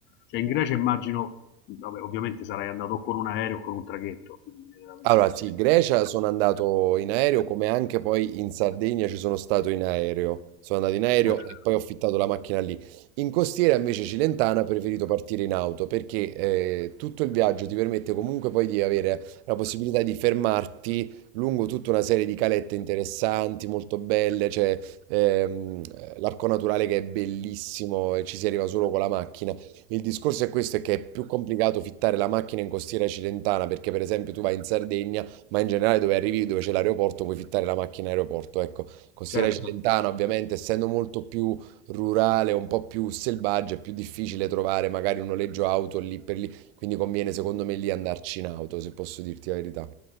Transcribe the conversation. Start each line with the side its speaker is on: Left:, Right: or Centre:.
Left: Cioè in Grecia immagino, vabbè, ovviamente sarai andato con un aereo o con un traghetto, quindi mi viene da pensare.
Right: Allora sì, Grecia sono andato in aereo come anche poi in Sardegna ci sono stato in aereo. Sono andato in aereo
Left: Certo,
Right: e poi ho affittato la macchina lì. In costiera invece cilentana ho preferito partire in auto perché eh, tutto il viaggio ti permette comunque poi di avere la possibilità di fermarti lungo tutta una serie di calette interessanti, molto belle, c'è ehm, l'arco naturale che è bellissimo e ci si arriva solo con la macchina. Il discorso è questo, è che è più complicato fittare la macchina in costiera cilentana, perché per esempio tu vai in Sardegna, ma in generale dove arrivi, dove c'è l'aeroporto, puoi fittare la macchina in aeroporto. Ecco, costiera
Left: certo.
Right: cilentana ovviamente, essendo molto più rurale, un po' più selvaggia, è più difficile trovare magari un noleggio auto lì per lì, quindi conviene secondo me lì andarci in auto, se posso dirti la verità.